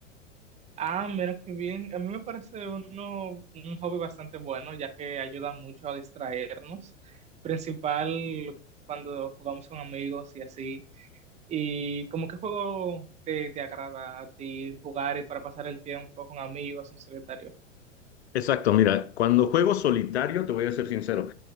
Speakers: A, on the right (about 20°); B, on the left (about 60°).
A: Ah, mira qué bien. A mí me parece uno, un hobby bastante bueno, ya que ayuda mucho a distraernos, principal cuando jugamos con amigos y así. ¿Y como qué juego te, te agrada a ti jugar y para pasar el tiempo con amigos en solitario?
B: Exacto, mira, cuando juego solitario, te voy a ser sincero.